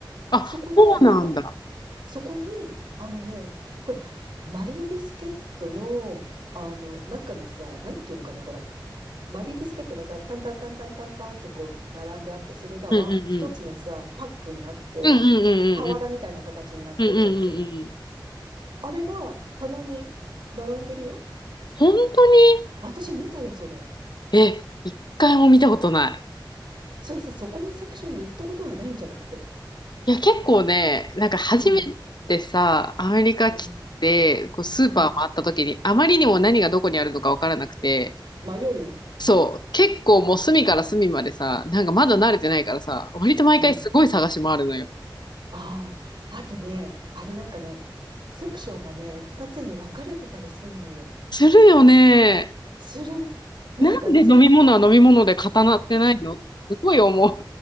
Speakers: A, on the left; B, on the right.
A: あ、
B: そこに、
A: そうなんだ。
B: あ、そこに、あのね、ほら、マリービスケットの、あの、中のさ、なんていうのかな、ほら、マリービスケットがさ、タンタンタンタンタンタンってこう、並んであって、それがワン、
A: うんうんうん。
B: 一つのさ、パックになって、
A: うんうんうんうん
B: 俵みたいな形になってるやつ。
A: うんうんうんうん。
B: あれが棚に並んでるよ。
A: 本当に
B: 私見たよ、それ。
A: え、一回も見たことない。
B: それさ、そこのセクションに行ったことがないんじゃなくて。
A: いや、結構ね、なんか初めてさ、
B: うん。
A: アメリカ来て、
B: うん。
A: こうスーパー回った時に、
B: うん。
A: あまりにも何がどこにあるのかわからなくて、
B: 迷うよね。
A: そう、結構もう隅から隅までさ、なんかまだ慣れてないからさ、割と毎回すごい探し回るのよ。
B: うん。ああ。あとね、あれなんかね、セクションがね、二つに分かれてたりすんのよ。
A: するよね。
B: する。なんか、
A: なんで飲み物は飲み物で固まってないのってすごい思う。
B: その、